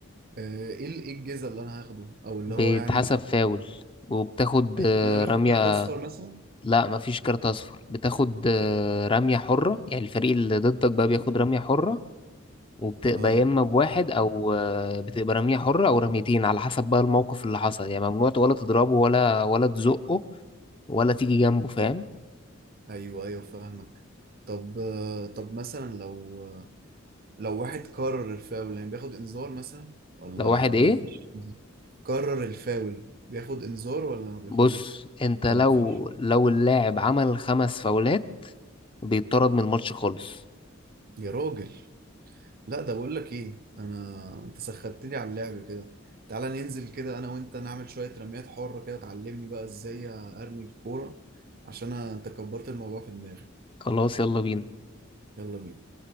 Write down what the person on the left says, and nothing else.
بيتحسب
فاول وبتاخد
آه،
رمية
لا مفيش كارت اصفر بتاخد آه، رمية حرة يعني الفريق اللي ضدك بقى بياخد رمية حرة وبتبقى
يا اما بواحد او آه، بتبقى رمية حرة او رميتين على حسب بقى الموقف اللي حصل يعني ممنوع ولا تضربه ولا ولا تزقه ولا تيجي جنبه فاهم
لو واحد
ايه
بص انت لو
لو اللاعب عمل خمس فاولات بيطرد من الماتش خالص
خلاص يلا بينا